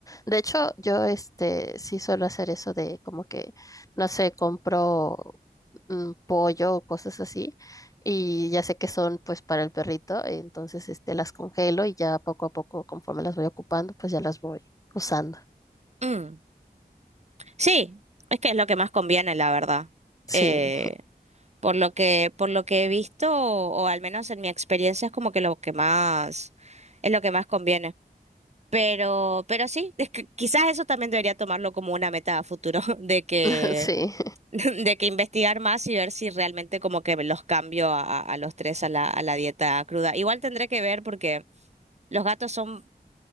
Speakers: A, on the left; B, on the right.
A: De hecho, yo este sí suelo hacer eso de como que, no sé, compro mm, pollo o cosas así. Y ya sé que son pues para el perrito, entonces este las congelo y ya poco a poco, conforme las voy ocupando, pues ya las voy usando.
B: Mm, Sí, es que es lo que más conviene, la verdad.
A: Sí.
B: Eh, Por lo que, por lo que he visto, o, o al menos en mi experiencia, es como que lo que más, es lo que más conviene. Pero, pero sí, es que quizás eso también debería tomarlo como una meta a futuro, <laughs> de que,
A: <laughs> Sí,
B: <laughs> de que investigar más y ver si realmente como que los cambio a, a- a los tres a la, a la dieta cruda. Igual tendré que ver porque los gatos son